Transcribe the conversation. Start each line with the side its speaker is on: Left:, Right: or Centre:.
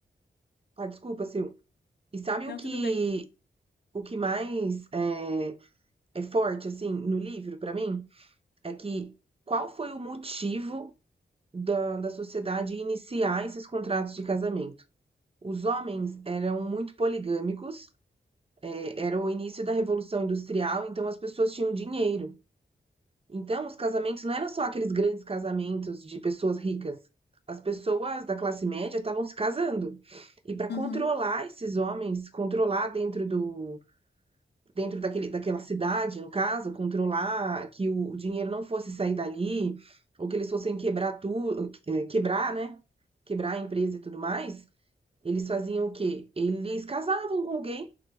Right: ah, desculpa, Sil. E sabe
Left: não,
Right: o que
Left: tudo
Right: o que mais é, é forte assim no livro pra mim é que qual foi o motivo da, da sociedade iniciar esses contratos de casamento? Os homens eram muito poligâmicos, é, era o início da Revolução Industrial, então as pessoas tinham dinheiro. Então os casamentos não eram só aqueles grandes casamentos de pessoas ricas. As pessoas da classe média estavam se casando. E para controlar
Left: bem.
Right: esses homens, controlar dentro do, Dentro daquele daquela cidade, no caso, controlar que o o dinheiro não fosse sair dali, ou que eles fossem quebrar tudo, quebrar, né? Quebrar a empresa e tudo mais, eles faziam o quê? Eles casavam com alguém